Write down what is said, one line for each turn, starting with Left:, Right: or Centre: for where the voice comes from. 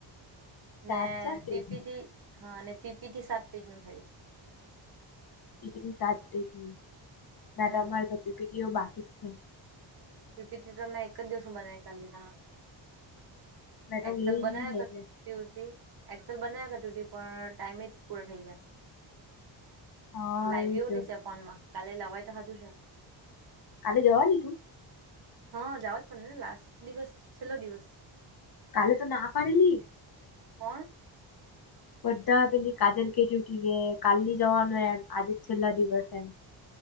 Left: ચાર
Right: ને
Left: ચાર પેજની
Right: પી પી થી હ ને પી પી થી સાત પેજ નું થાયુ.
Left: પી પી ટી સાત પેજની ના
Right: હમ
Left: તો અમારે તો પી પી ટી એ બાકી જ છે.
Right: પી પી ટી તો મેં એક જ દિવસમા બનાવી કાઢેલીતા
Left: મેં તો
Right: એક્ચલ
Left: ગઈ જ
Right: બનાયા
Left: ની ને
Right: કર
Left: એટલે
Right: ટથી એક્સેલ બનાવ્યા કર પણ ટાઈમે જ પૂરા થઈ ગ્યા..
Left: હા
Right: લાવયુ
Left: એજ
Right: ની છે ફોનમાં, કાલે લવાય તો હજુ છે.
Left: કાલે જવાની તું?
Right: હા જવા જ પડે ને લાસ્ટ દિવસ, છેલ્લો દિવસ.
Left: કાલે તો ના પડેલી.
Right: કોણ?
Left: બધા પેલી કાજલ કે ઉઠટી ગ કાલની જવાનું એમ આજે જ છેલ્લા દિવસ એમ.